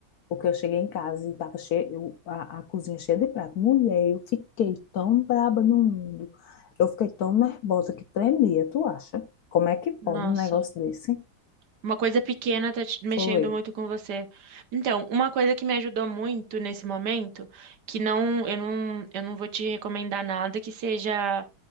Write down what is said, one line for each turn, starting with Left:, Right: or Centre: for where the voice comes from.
Left: Porque eu cheguei em casa e tava cheio, eu- a, a cozinha cheia de prato. Mulher, eu fiquei tão braba no mundo. Eu fiquei tão nervosa que tremia, tu acha? Como é que pode
Right: Nossa.
Left: um negócio desse?
Right: Uma coisa pequena tá te mexendo
Left: Foi.
Right: muito com você. Então, uma coisa que me ajudou muito nesse momento, que não, eu não, eu não vou te recomendar nada que seja,